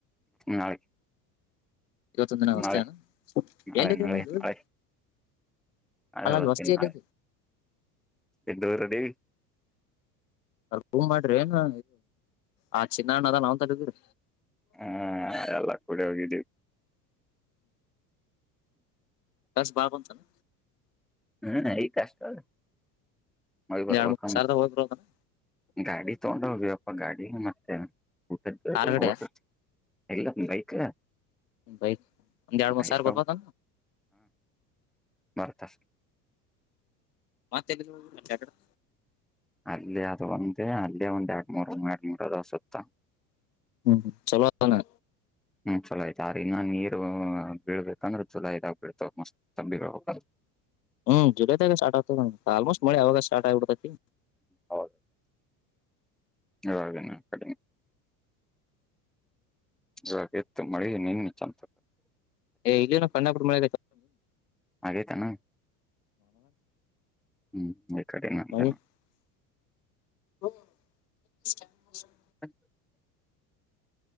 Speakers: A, in the centre; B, on the left.
A: ನಾಳೆ
B: ಇವತ್ತೊಂದಿನ ಅಷ್ಟೇ
A: ನಾಳೆ ನಾಳೆ
B: ಎಲ್ಲಿದೆ
A: ನಾಳೆ
B: ಅಲ್ಲ
A: ನಾಳೆ ನಾಳೆ
B: ಅಲ್ಲಿ
A: ಬರ್ತೀನಿ
B: ವಸ್ತಿಯಲ್ಲಿ
A: ನಾಳೆ ದೂರಡಿ
B: ಅ್ರ ಭೂ ಮಾಡ್ರಿ ಏನಏ ಆ ಚಿನ್ನಣ್ಣ ಅದ ನಾವನ್ ತಡಿದ್ರಿ
A: ಹ್ಮ ಅಲ್ಲ ಕುೂಡ ಹೋಗಿದ್ದ
B: ದಸ್ ಬಾರಂದು ಚಲ್ಲ
A: ಹ್ಮ್ ಈ ಕಷ್ಟ ಅ ಮ
B: ಒಂದ್
A: ಬರಬ
B: ಎರಡ್ ಮೂರ್
A: ಕ
B: ಸಾವಿರದ ಹೋಗ್ಬಿರು ಅದನ್ನ
A: ಗಾಡಿ ತಂಡ <inaudible> ಬಾಗಾಡಿ ಈ ಮತ್ತೆ ಊಟದ್ದ ಹದು
B: ಕಾರ್ ಗಡೆ
A: ಹಲ್ಲ ಬೈಕ್
B: ಬೈಕ್ ಒಂದ್ ಎರಡ್ ಮೂಂದ
A: ಬೈಕ್
B: ಸಾವಿರ ಬರ್ಬದ
A: ಬರ್ತದೆ
B: ಮತ್ ಯದುಕ್ <inaudible>
A: ಅಲ್ಲಿ ಅದು ಒಂದೇ ಅಲ್ಲೇ ಒಂದ್ ಎರಡ್ ಮೂರೂ ಎರಡು ಮೂರು ಅದು ಸುತ್ತ
B: ಹ್ಮ್ ಚಲೋದಾನೆ
A: ಹ್ಮ್ ಚಲೋ ಆಯ್ತ ಆ್ರ ಇನ್ನನ್ ನೀರು ಬೀಳ್ಬೇಕಂದ್ರೆ ಚೊಲೋ ಇದಾಗ ಬಿಳ್ತಾವ ಮಸ್ತ್ ಬೀಳ ಹೋಗ
B: ಹ್ಮ್ ಜುಲೈ ತಾಗ ಸ್ಟ್ತ ಆಲ್ಮೋಸ್ಟ್ ಮಳ ಅ ಅವಾಗಸ್ ಸ್ಟ್ ಹತ್ತಾಕಿ
A: ಹೌದು ಹೌದೇನಾ ಆ ಕಡಿ ಜೋರಿತ್ತು ಮಳಿ ನಿನ್ನೆ <unintelligible>
B: ಏಯ್ ಇಲ್ಲೇ ಕಣ್ಣ್ <unintelligible> ಮನೆ ಇದೆ
A: ಆಗೇತಾನ ಹ್ಮ್ ಈ ಕಡೆ ನಂದೇನ
B: <unintelligible> <unintelligible>
A: <inaudible>